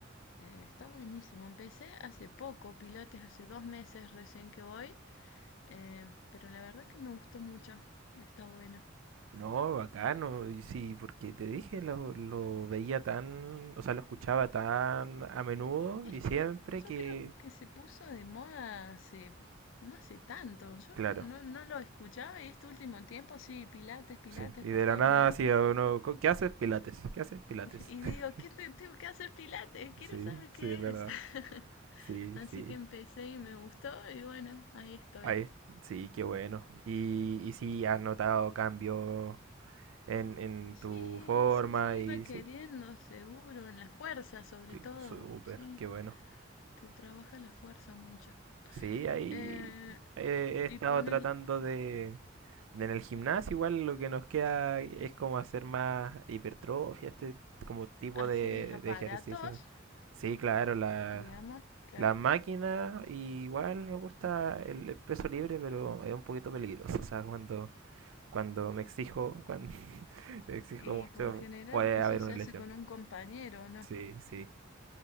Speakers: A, on the left; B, on the right.
A: eh, está buenísimo. Empecé hace poco, Pilates, hace dos meses recién que voy, eh, pero la verdad que me gustó mucho. Está bueno.
B: No, bacano. Y sí, porque te dije, lo, lo veía tan, o sea, lo escuchaba tan a menudo
A: Es
B: y
A: que
B: siempre
A: yo
B: que...
A: creo que se puso de moda hace, no hace tanto. Yo
B: Claro,
A: no, no lo escuchaba y este último tiempo sí, Pilates, Pilates
B: sí. Y
A: por
B: de
A: todos
B: la nada,
A: lados.
B: sí,
A: <laughs>
B: a uno, "Co- ¿qué haces? Pilates. ¿Qué haces? Pilates.
A: Y
B: <laughs>
A: digo, ¿qué te- tengo que hacer Pilates? Quiero
B: Sí,
A: saber
B: sí,
A: qué
B: es verdad.
A: es. <laughs>
B: Sí,
A: Así
B: sí.
A: que empecé y me gustó y bueno, ahí estoy.
B: Ahí, sí, qué bueno. Y, y sí, has notado cambios en, en
A: Sí,
B: tu forma
A: sí, sí,
B: y
A: va queriendo,
B: sí,
A: seguro, en la fuerza sobre
B: cl-
A: todo,
B: súper,
A: sí,
B: qué bueno.
A: te trabaja la fuerza mucho.
B: Sí, ahí
A: Eh,
B: he, he estado
A: y ponen,
B: tratando de, de en el gimnasio, igual lo que nos queda es como hacer más hipertrofia, este como tipo
A: haces
B: de,
A: aparatos,
B: de ejercicio. Sí, claro, la,
A: digamos, claro.
B: la máquina y igual me gusta el, el peso libre, pero es un poquito peligroso, o sea, cuando cuando me exijo, cuando Exijo
A: Y
B: mucho,
A: por lo general
B: puede
A: eso
B: haber
A: se
B: una
A: hace
B: lesión.
A: con un compañero, ¿no?
B: Sí, sí.